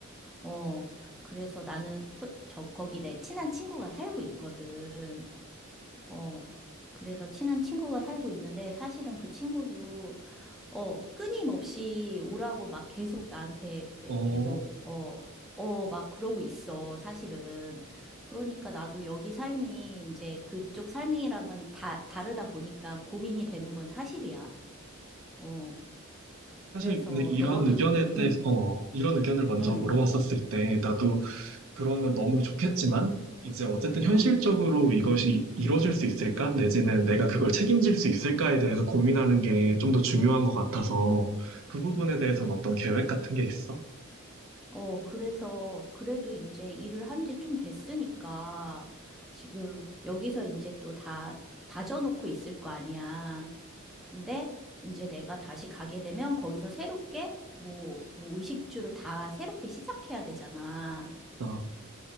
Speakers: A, in the centre; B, on the right.
A: 어, 그래서 나는 소- 저, 거기 내 친한 친구가 살고 있거든. 어, 그래서 친한 친구가 살고 있는데 사실은 그 친구도, 어, 끊임없이 오라고 막 계속 나한테
B: 어,
A: 계속, 어, 어, 막 그러고 있어, 사실은. 그러니까 나도 여기 삶이 이제 그쪽 삶이라면 다 다르다 보니까 고민이 되는 건 사실이야. 어, 그래서
B: 사실 근데 이런
A: 너도,
B: 의견에 대해서,
A: 응,
B: 어, 이런 의견을 먼저
A: 응,
B: 물어봤었을 때 나도 그러면 너무 좋겠지만, 이제 어쨌든 현실적으로
A: 응.
B: 이것이 이뤄질 수 있을까? 내지는 내가 그걸 책임질 수 있을까에 대해서 고민하는 게 좀 더 중요한 것 같아서, 그 부분에 대해서는 어떤 계획 같은 게 있어?
A: 어, 그래서, 그래도 이제 일을 한지 좀 됐으니까, 지금 여기서 이제 또 다, 다져놓고 있을 거 아니야. 근데 이제 내가 다시 가게 되면 거기서 새롭게, 뭐, 뭐 의식주를 다 새롭게 시작해야 되잖아.
B: 아,